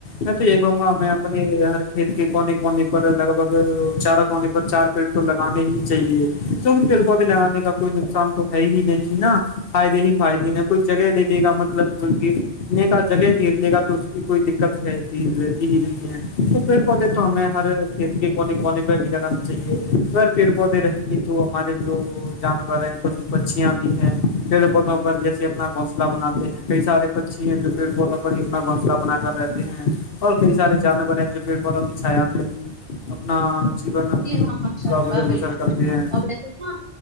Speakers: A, on the left (about 60°); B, on the right (about 50°).
A: میں تو یہ کہوں گا میں اپنی ہر کھیت کے کونے کونے پر لگ بگ چاروں کونے پر چار پیٹ تو ل لگانے ہی چاہیے کیکہ پیڑ پودے لگانے کا کوئی نقصان تو ہے ہی نہیں نا فائدے ہی فائد ہیں کوئی جگہ لے لے گا مطلب کو گرنے کا جگہ گھیر لے گا تو اس کی کوئی دقت ہے چز رہتی ہی نہیں ہے تو پھر پتے تو ہمیں ہر کھیت کے کونے کونے پر بھی لگانا چاہیے پیڑ پودے رہیں گی تو ہمارے جو جانور ہیں پشو پکھیاں بھی ہیں پیڑ پودوں پر جیسے اپنا گھونسلہ بناتے ہیں کئی سارے پکچھی ہیں جو پیڑ پودوں پر ہی اپنا گھونسلا بنا کر رہتے ہیں اور کئی سارے جانور ہیں جو پیڑ والوں کی چھایا میں ہی اپنا جین
B: جی ہاں، ماشاء
A: کا
B: اللہ
A: گزر بسر
B: بالکل
A: کرتے ہیں
B: اور ویسے نا